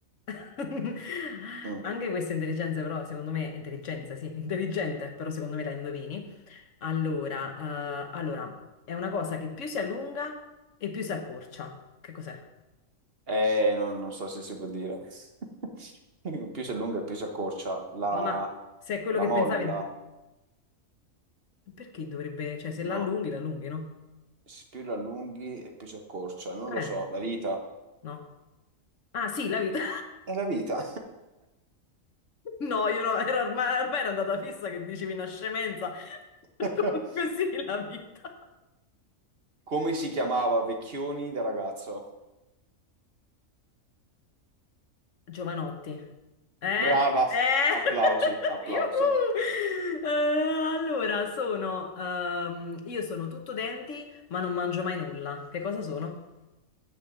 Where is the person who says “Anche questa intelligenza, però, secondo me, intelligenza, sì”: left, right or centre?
Left